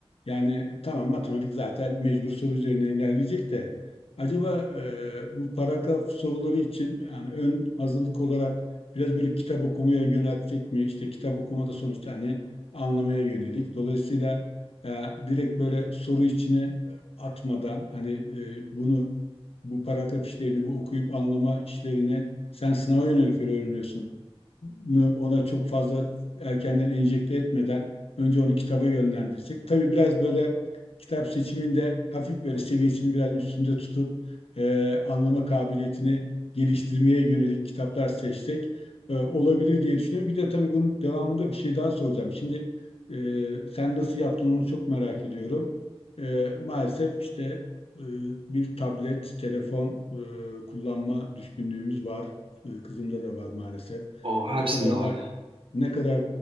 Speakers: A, on the left (about 65°); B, on the right (about 55°).
A: Yani tamam matematik zaten mecbur soru üzerine ilerleyecek de acaba e, bu paragraf soruları için yani ön hazırlık olarak biraz böyle kitap okumaya yöneltecek mi? İşte kitap okumada sonuçta hani anlamaya yönelik. Dolayısıyla e, direkt böyle soru içine e, atmadan hani e, bunu bu paragraf işlerini, bu okuyup anlama işlerine sen sınava yönelik öğreniyorsun ona çok fazla erkenden enjekte etmeden önce onu kitaba yönlendirsek. Tabii biraz böyle kitap seçiminde hafif böyle seviyesini biraz üstünde tutup e, anlama kabiliyetini geliştirmeye yönelik kitaplar seçsek e, olabilir diye düşünüyorum. Bir de tabii bunun devamında bir şey daha soracağım. Şimdi e, sen nasıl yaptın onu çok merak ediyorum. E, maalesef işte e, bir tablet, telefon e, kullanma düşkünlüğümüz var. E, kızımda da var maalesef
B: O hepsinde
A: ne kadar
B: var
A: da
B: ya.
A: ne kadar